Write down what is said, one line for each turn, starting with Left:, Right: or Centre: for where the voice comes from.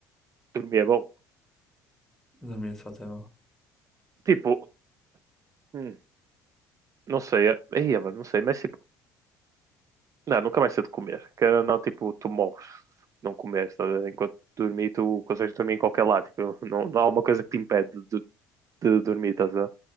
Right: Dormir é bom.
Centre: Dormir de fato é
Right: Tipo, hum, não sei, é- aí, é, mano, não sei, mas tipo, não, nunca mais estou de comer. Que não, tipo, tu morres se não comeres, tá enquanto dormir, tu consegues dormir em qualquer lado. Tipo, não, não há uma coisa que te impede de, de dormir, estás a ver?